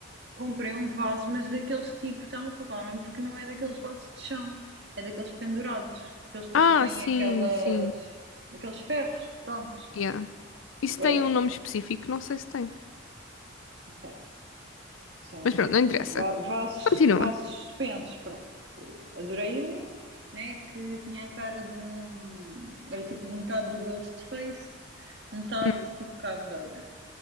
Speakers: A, on the right; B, on the left.
A: comprei um vaso, mas daqueles tipo, está-me a faltar o nome, porque não é daqueles vasos de chão, é daqueles pendurados, que eles depois
B: Ah,
A: põem
B: sim,
A: aquelas,
B: sim,
A: aqueles ferros, pronto,
B: yeah. Isso
A: whatever,
B: tem um nome específico? Não sei se tem.
A: não sei. São
B: Mas pronto, não interessa.
A: va- vasos,
B: Continua.
A: vasos suspensos, pronto. Adorei um, né, que tinha a cara de um, era tipo metade do Ghostface, metade
B: Hum,
A: tipo caveira.